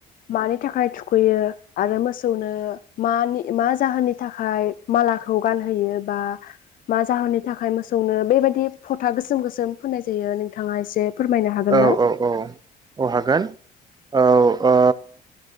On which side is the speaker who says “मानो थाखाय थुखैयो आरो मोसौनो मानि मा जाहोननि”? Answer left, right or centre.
Left